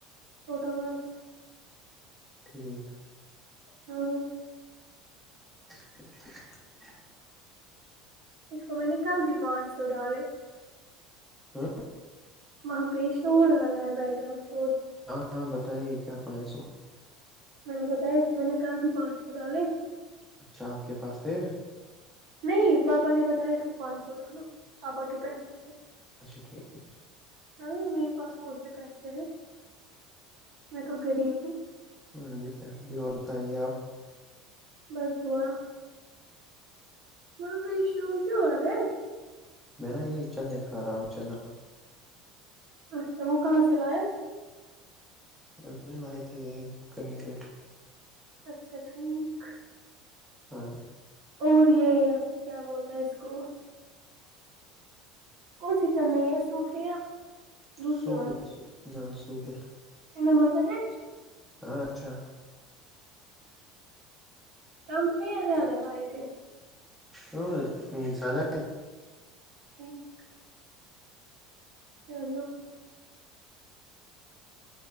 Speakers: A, on the right; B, in the centre.
A: چھوٹا بھائی
B: ٹھیک
A: ہاں
B: <unintelligible>
A: اس کو میں نے کل بھی پہنچ سو ڈالے
B: ہاں
A: وہاں پی شور آ رہا ہے بیک گراؤنڈ شور
B: ہاں ہاں بتائیے کیا پائ سو
A: میں نے بتایا اس میں نے کل بھی پال ڈالے
B: اچھا آپ کے پاس تھے
A: نہیں پاپا نے بتایا اس کو پانچ سو ڈالو پاپا کے پینچ سو سے
B: اچھا ٹھیک
A: ہاں میرے پاس کون سے پیسے ہیں میں تو غریب ہوں
B: ہاں جی ہ جی اور بتائیے آپ
A: بستوا وہ بشو کیوں آ رہا ہے
B: میں نا یہ چل نہیں کھا رہا ہوں چنا
A: اچھا وہ کہاں سے لائق
B: ابنے لائے تھے یہیں کہیں سے
A: اچھا ٹھیک
B: ہاں جی
A: اور یہ کیا بولتا ہے اس کو کون سی چنے سوکھے یا دوسرے
B: سو کہ نہ سو کہ
A: انا مزہ ہے
B: اچھا
A: کم تھے یا زیادہ لائے تھے
B: ا سدہ
A: <inaudible> چلو